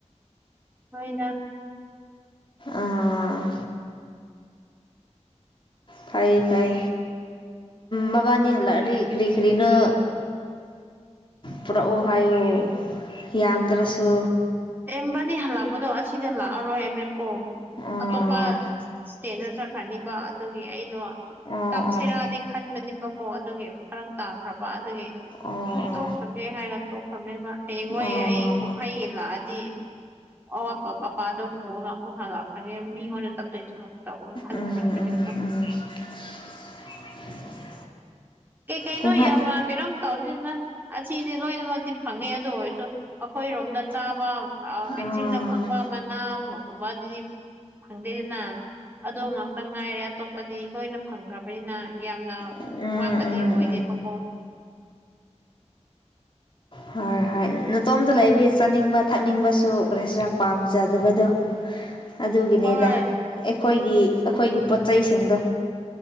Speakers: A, on the right (about 15°); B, on the left (about 45°).
A: ꯍꯣꯏꯗ
B: ꯑꯥ ꯐꯩ ꯐꯩ ꯃꯕꯥꯅꯤ ꯍꯜꯂꯛꯑꯗꯤ ꯀꯔꯤ ꯀꯔꯤꯅꯣ ꯄꯨꯔꯛꯑꯣ ꯍꯥꯏꯌꯣ ꯌꯥꯝꯗ꯭ꯔꯁꯨ
A: ꯃꯕꯥꯅꯤ ꯍꯜꯂꯛꯄꯗꯣ ꯑꯁꯤꯗ ꯂꯥꯛꯑꯔꯣꯏ ꯍꯥꯏꯕꯀꯣ
B: ꯑꯣ
A: ꯑꯇꯣꯞꯄ ꯏꯁꯇꯦꯠꯇ ꯆꯠꯈ꯭ꯔꯅꯤꯕ ꯑꯗꯨꯒꯤ ꯑꯩꯗꯣ
B: ꯑꯣ
A: ꯇꯞꯁꯤꯔꯗꯤ
B: ꯑꯣ
A: ꯈꯟꯕꯅꯤꯕꯀꯣ ꯑꯗꯨꯒꯤ ꯐꯔꯛ ꯇꯥꯈ꯭ꯔꯕ ꯑꯗꯨꯒꯤ
B: ꯑꯣ
A: ꯍꯣꯏ
B: ꯑꯣ
A: ꯇꯣꯛꯈꯒꯦ ꯍꯥꯏꯅ ꯇꯣꯛꯈꯅꯦꯕ ꯍꯌꯦꯡ ꯍꯣꯏ
B: ꯑꯣ
A: ꯑꯩ ꯀꯨꯝꯍꯩꯒꯤ ꯂꯥꯛꯑꯗꯤ ꯑꯋꯥꯠꯄ ꯑꯄꯥꯗꯣ ꯄꯨꯔꯒ ꯑꯃꯨꯛ ꯍꯜꯂꯛꯄꯒꯦ ꯃꯤꯉꯣꯟꯗ ꯇꯞꯇꯩ ꯁꯔꯨꯛ ꯇꯧꯔꯒ ꯈꯟꯈ꯭ꯔꯕꯅꯦꯀꯣ
B: ꯎꯝ ꯎꯝ <inaudible> <inaudible>
A: ꯀꯩ ꯀꯩꯩꯅꯣ
B: ꯀꯨꯝꯍꯩ
A: ꯌꯥꯝ ꯀꯩꯅꯣꯝ ꯇꯧꯗꯅꯤꯅ ꯑꯁꯤꯗꯤ ꯂꯣꯏꯅꯃꯛꯇꯤ ꯐꯪꯉꯦ ꯑꯗꯨ ꯑꯣꯏꯔꯁꯨ ꯑꯩꯈꯣꯏꯔꯣꯝꯗ ꯆꯥꯕ
B: ꯎꯝ
A: ꯆꯤꯡꯗ ꯐꯪꯕ ꯃꯅꯥꯒꯨꯝꯕ ꯑꯗꯨꯗꯤ ꯐꯪꯗꯦꯗꯅ ꯑꯗꯣ ꯉꯥꯛꯇ ꯉꯥꯏꯔꯦ ꯑꯇꯣꯞꯄꯗꯤ ꯂꯣꯏꯅ ꯐꯪꯈ꯭ꯔꯕꯅꯤꯅ ꯌꯥꯝꯅ
B: ꯎꯝ
A: ꯋꯥꯠꯄ ꯀꯗꯤ
B: ꯎꯝ
A: ꯑꯣꯏꯗꯦꯕꯀ
B: ꯎꯝ ꯍꯣꯏ ꯍꯣꯏ ꯅꯇꯣꯝꯇ ꯂꯩꯕꯒꯤ ꯆꯥꯅꯤꯡꯕ ꯊꯛꯅꯤꯡꯕꯁꯨ ꯀꯔꯤ ꯍꯥꯏꯁꯤꯔ ꯄꯥꯝꯖꯗꯕꯗꯣ ꯑꯗꯨꯒꯤꯅꯤꯗ
A: ꯍꯣꯏ
B: ꯑꯩꯈꯣꯏꯒꯤ ꯑꯩꯈꯣꯏꯒꯤ ꯄꯣꯠꯁꯤꯡꯗꯣ